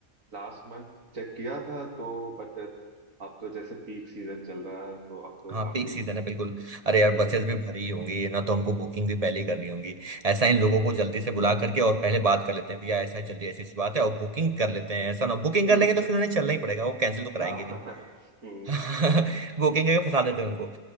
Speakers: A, on the right; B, on the right.
A: लास्ट मंथ चेक किया था तो बट अब तो जैसे पीक सीजन चल रहा है तो अब तो
B: हाँ
A: काफी
B: पीक सीजन है बिल्कुल अरे यार
A: हम्म
B: बसेस भी भरी ही होंगी ना तो हमको बुकिंग भी पहले ही करनी होगी ऐसा इन लोगों को जल्दी से बुला करके और पहले बात कर लेते हैं भैया ऐसा है जल्दी ऐसी सी बात है और बुकिंग कर लेते हैं ऐसा ना बुकिंग कर
A: हम्म
B: लेंगे तो फिर उन्हें चलना ही पड़ेगा वो कैंसिल तो कराएंगे
A: हाँ
B: नहीं
A: हाँ हाँ, हम्म
B: <laughs> बुकिंग करके फंसा देते हैं उनको